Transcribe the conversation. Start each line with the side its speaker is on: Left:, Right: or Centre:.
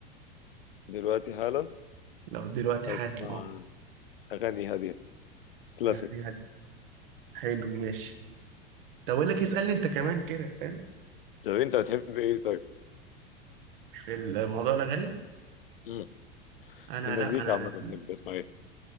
Left: دلوقتي حالا
Right: لو دلوقتي
Left: اسمع
Right: حالا اه
Left: اغاني هاديه كلاسيك
Right: هي دي حلو ماشي طب اقول لك اسالني انت كمان كده فاهم
Left: طب انت بتحب ايه طيب
Right: في الموضوع الاغاني
Left: مم.
Right: انا
Left: في المزيكا
Right: لا انا
Left: عامه بتحب تسمع ايه